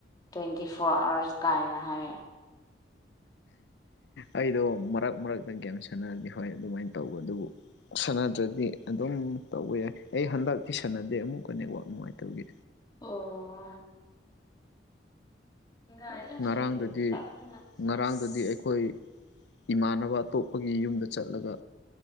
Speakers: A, on the left (about 20°); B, on the left (about 75°).
A: ꯇ꯭ꯋꯦꯟꯇꯤ ꯐꯣꯔ ꯑꯥꯋ꯭ꯔꯁ ꯀꯥꯏꯅ ꯍꯥꯏꯌꯦ
B: ꯑꯩꯗꯣ ꯃꯔꯛ ꯃꯔꯛꯇ ꯒꯦꯝ ꯁꯥꯟꯅꯔꯗꯤ ꯍꯣꯏ ꯑꯗꯨꯃꯥꯏꯅ ꯇꯧꯕ ꯑꯗꯨꯕꯨ ꯁꯥꯟꯅꯗ꯭ꯔꯗꯤ ꯑꯗꯨꯝ ꯇꯧꯋꯦ ꯑꯩ ꯍꯟꯗꯛꯇꯤ ꯁꯥꯟꯅꯗꯦ ꯑꯃꯨꯛꯀ ꯅꯦꯠꯋꯥꯛ ꯅꯨꯡꯉꯥꯏꯇꯕꯒꯤ
A: ꯑꯣ <unintelligible>
B: ꯉꯔꯥꯡꯗꯨꯗꯤ ꯉꯔꯥꯡꯗꯨꯗꯤ ꯑꯩꯈꯣꯏ ꯏꯃꯥꯟꯅꯕ ꯑꯇꯣꯞꯄꯒꯤ ꯌꯨꯝꯗ ꯆꯠꯂꯒ